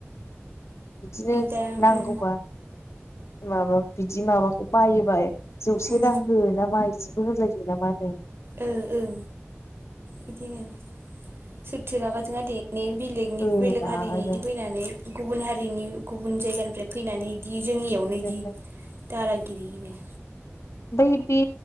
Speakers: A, on the left; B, on the right.
A: बिदिनो
B: इदा
A: नांगौबा
B: उम
A: माबा बिदि माबाखौ बायोबा जौसे
B: उम
A: रां हो नामा जिबो होनलायजो नामा नों
B: ओ ओं बिदिनो सोरथो लागाजों आ दे बेलेगनि
A: ओ
B: बेलेग
A: रागाजों
B: हारिनिदि फैनानै गुबुन हारिनि गुबुन जायगानिफ्राय फैनानै बिदि जोंनियावनो
A: ओमफ्राय
B: बिदि दादागिरिनो
A: मफ्राय बे